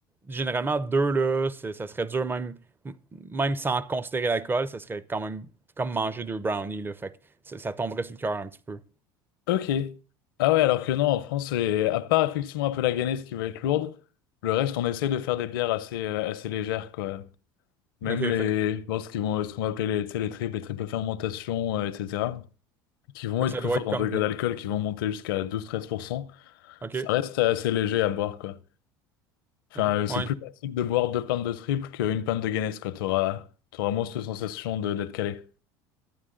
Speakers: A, on the right (about 20°); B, on the left (about 80°).
A: généralement, deux, là, c'est- ça serait dur, même, m- même sans considérer l'alcool, ça serait quand même comme manger deux brownies, là. Fait que ça, ça tomberait sur le cœur un petit peu.
B: ok. Ah ouais, alors que non, en France, les- à part effectivement un peu la Guinness qui va être lourde, le reste, on essaie de faire des bières assez, euh, assez légères, quoi. Même
A: Ok,
B: les,
A: fait
B: bon, ce qu'ils vont, ce qu'on va appeler les, tu sais, les triples, les triples fermentations, euh, etc., qui vont
A: Fait
B: être
A: que ça
B: plus
A: doit
B: fortes
A: être
B: en
A: comme
B: degré
A: des.
B: d'alcool, qui vont monter jusqu'à 12-13%,
A: OK.
B: ça reste assez léger à boire, quoi. Enfin,
A: OK.
B: euh, c'est
A: Ouais.
B: plus facile de boire deux pintes de triple qu'une pinte de Guinness, quoi. T'auras, t'auras moins cette sensation de d'être calé.